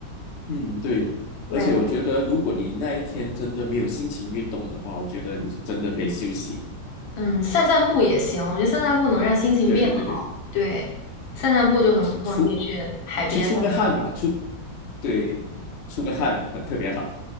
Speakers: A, on the left; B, on the left.
A: 嗯，对。
B: 对，
A: 而且我觉得，如果你那一天真的没有心情运动的话，我觉得你真的可以休息。
B: 嗯，散散步也行，我觉得散散步能让心情变好。
A: 对对对对。
B: 对，散散步就很不错，
A: 出
B: 你可以去海边散散步。
A: 去出个汗吧，出对出个汗很特别好。